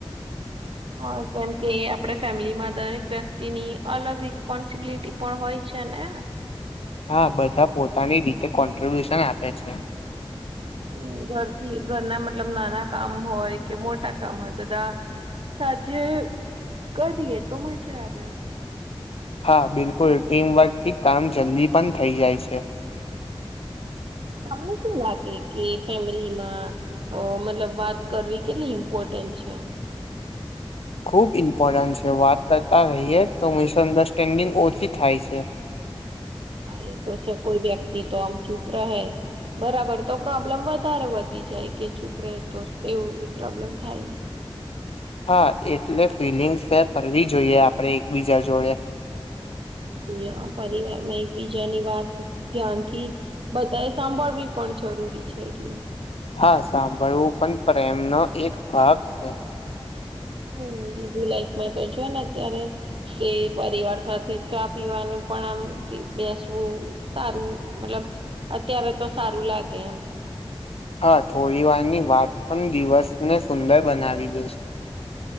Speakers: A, on the right (about 60°); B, on the left (about 80°).
A: હા કેમકે આપે ફેમિલીમાં દરેક વ્યક્તિની અલગ રિસ્પોન્સિબિલિટી પણ હોય છે ના
B: હા બધા પોતાની રીતે કોન્ટ્રિબ્યુશન આપે છે
A: હમ ઘરથી ઘરના મતલબ નાના કામ હોય કે મોટા કામ હોય બધા સાથે કરીએ તો મજા આવે
B: હા બિલકુલ ટીમવર્કથી કામ જલ્દી પણ થઈ જાય છે
A: તમને શું લાગે કે ફેમિલીમાં મતલબ વાત કરવી કેટલી ઇમ્પોર્ટન્ટ છે
B: ખૂબ ઇમ્પોર્ટન્ટ છે વાત કરતા રહીએ તો મિસઅન્ડરસ્ટેન્ડિંગ ઓછી થાય છે
A: હા એ તો છે કોઈ વ્યક્તિ તો આમ ચૂપ રહે બરાબર તો પ્રોબ્લેમ વધારે વધી જાય કે છૂપરે તો એવું પ્રોબ્લેમ થાય હ
B: હા એટલે ફિલિંગ્ શેર કરવી જોઈએ આપણે એકબીજા જોડે
A: બિલકુલ હ પરિવાર માં એકબીજાની વાત ધ્યાનથી બતાય સાંભળી પણ જરૂરી છે એટલે
B: હા સાંભળવું પણ પ્રેમનો એક ભાગ છે
A: હમ બીજીું લાઈફમાં તો છે ને અત્યારે કે પરિવાર સાથે ચા પીવાના પણ આમ બેસવું સારું મતલબ અત્યારે તો સારું લાગે એમ
B: હા થોડી વારની વાત પણ દિવસને સુંદર બનાવી દઈ છે